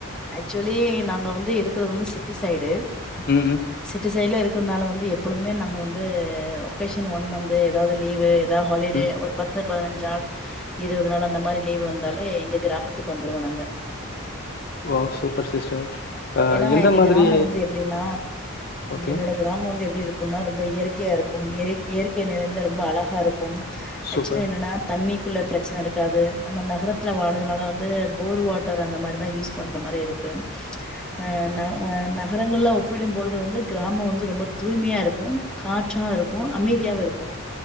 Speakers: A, in the centre; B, on the left (about 45°).
A: ஆக்சுவலி நாங்க வந்து இருக்கிறது வந்து சிட்டி சைடு
B: ம் ம்
A: சிட்டி சைடுல இரு அதனால வந்து எப்பொழுதுமே நாங்கள் வந்து ஒகேஷன் ஒன் மந்து ஏதாவது லீவு ஹாலிடே
B: ம்
A: ஒரு பத்து பதினஞ்சு நாள் இருபது நாள் அந்த மாதிரி லீவு வந்தாலே எங்க கிராமத்துக்கு வந்துருவோம் நாங்க
B: ஓ சூப்பர் சிஸ்டர் ஆ
A: ஏன்னா
B: எந்த
A: எங்க
B: மாதிரி
A: கிராமம் வந்து எப்டினா
B: ஓகே
A: என்னோட கிராமம் வந்து எப்டி இருக்கும்ன்னா ரொம்ப இயற்கைய இருக்கும் இயற்கை நெறைந்த ரொம்ப அழகா இருக்கும்
B: சூப்பர்
A: ஆக்சுவலி என்னன்னா தண்ணி உள்ள பிரச்சனை இருக்காது நம்ம நகரத்தில் வாழதுனால வந்து போர் வாட்டர் அந்த மாரி தான் யூஸ் பண்ணுற மாரி இருக்கு ம் நான அ நகரங்கள்ல ஒப்பிடும் போழுது வந்து கிராமம் வந்து ரொம்ப தூய்மையா இருக்கும் காற்றா இருக்கும் அமைதியாவும் இருக்கும்